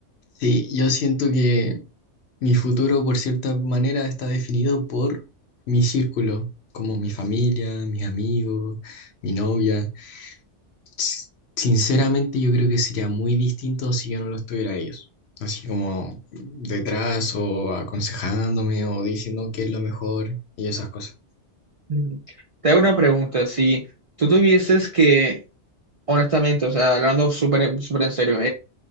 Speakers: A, on the left; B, on the right.
A: Sí, yo siento que mi futuro, por cierta manera, está definido por mi círculo, como mi familia, mis amigos, mi novia. S- Sinceramente, yo creo que sería muy distinto si yo no los tuviera a ellos. Así como detrás o aconsejándome o diciendo qué es lo mejor y esas cosas.
B: Mm. Te hago una pregunta, si tú tuvieses que, honestamente, o sea, hablando súper súper en serio,